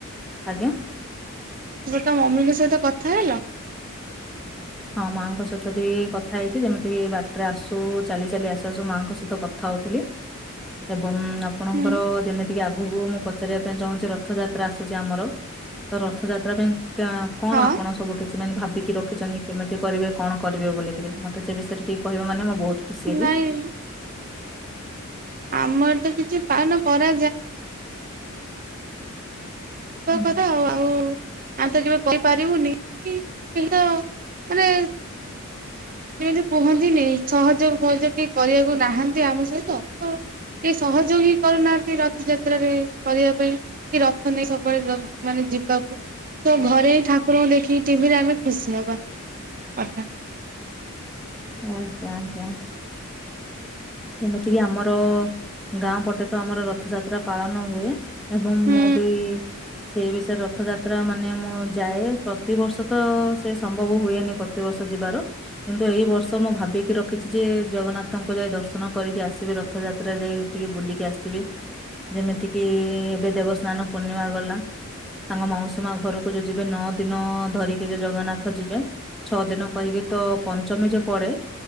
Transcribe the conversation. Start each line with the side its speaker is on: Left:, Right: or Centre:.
Centre: ଆଜ୍ଞା?
Right: ତ ସେଟା ମମିଙ୍କ ସହିତ କଥା ହେଲ?
Centre: ହଁ ମାଆଙ୍କ ସହିତ ବି କଥା ହେଇଛି ଯେମିତି ବାଟରେ ଆସୁ ଚାଲି ଚାଲି ଆସ ଆସୁ ମାଙ୍କ ସହିତ କଥା ହଉଥିଲି ଏବଂ ଆପଣଙ୍କର
Right: ହୁଁ
Centre: ଯେମିତି ଟିକେ ଆଗକୁ ମୁଁ ପଚାରିବା ପାଇଁ ଚାହୁଁଛି ରଥଯାତ୍ରା ଆସୁଛି ଆମର ତ ରଥଯାତ୍ରା ପାଇଁ କା କଣ
Right: ହଁ
Centre: ଆପଣ ସବୁ କିଛି ମାନେ ଭାବିକି ରଖିଛନ୍ତି? କେମିତି କରିବେ କଣ କରିବେ ବୋଲି କିରି ମତେ ସେ ବିଷୟରେ ଟିକେ କହିବ ମାନେ ମୁଁ ବହୁତ ଖୁସି ହେବି।
Right: ନାଇଁ। ଆମର ତ କିଛି ପାଳନ ପୂଜା
Centre: ହୁଁ।
Right: କର ଆଉ ଆଉ ଆଉ ତ କେବେ କହିପାରିବୁନି କି କିନ୍ତୁ ମାନେ ଯେମିତି କୁହନ୍ତିନି ସହଯୋଗ ଫହଯୋଗ କେହି କରିବାକୁ ନାହାନ୍ତି ଆମ ସହିତ କେ ସହଯୋଗ ହିଁ କରୁନାହାନ୍ତି ରଥଯାତ୍ରାରେ କରିବା ପାଇଁ କି ରଥ ନେଇ ସବୁବେଳେ ମାନେ ଯିବାକୁ ସେ ଘରେ ହିଁ ଠାକୁରଙ୍କୁ ଦେଖି ଟିଭିରେ ଆମେ ଖୁସି ହବା କଥା।
Centre: ଆଜ୍ଞା ଆଜ୍ଞା। ଯେମିତି କିି ଆମର ଗାଁ ପଟେ ତ ଆମର ରଥଯାତ୍ରା ପାଳନ ହୁଏ। ଏବଂ
Right: ହୁଁ
Centre: ମୁଁ ବି ସେଇ ବିଷୟରେ ରଥ ଯାତ୍ରା ମାନେ ମୁଁ ଯାଏ ପ୍ରତିବର୍ଷ ତ ସେ ସମ୍ଭବ ହୁଏନି ପ୍ରତିବର୍ଷ ଯିବାର କିନ୍ତୁ ଏଇ ବର୍ଷ ମୁଁ ଭାବିକି ରଖିଛି ଯେ ଜଗନ୍ନାଥଙ୍କୁ ଯାଇ ଦର୍ଶ ନ କରିକି ଆସିବି ରଥଯାତ୍ରା ଯାଇକି ଟିକେ ବୁଲିକି ଆସିବି ଯେମିତି କିି ଏବେ ଦେବସ୍ନାନ ନ ପୂର୍ଣ୍ଣିମା ଗଲା। ତାଙ୍କ ମାଉସୀ ମା ଘରକୁ ଯୋଉ ଯିବେ ନଅ ଦିନ ଧରିକି ଯଉ ଜଗନ୍ନାଥ ଯିବେ। ଛଅ ଦିନ କହିକି ତ ପଞ୍ଚମୀ ଯୋଉ ପଡ଼େ